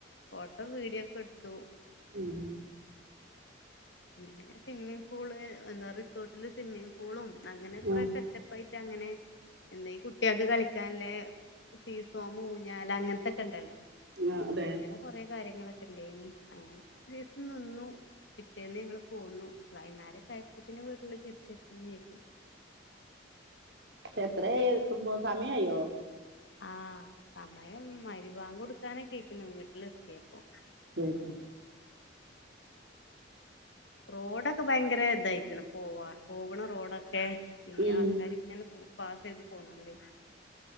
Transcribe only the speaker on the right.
ഉം
ആഹ്
ആഹ് അതെ
എത്രയ തുമ്പോ സമയം അയ്യോ
ശെരി ശെരി
ഉം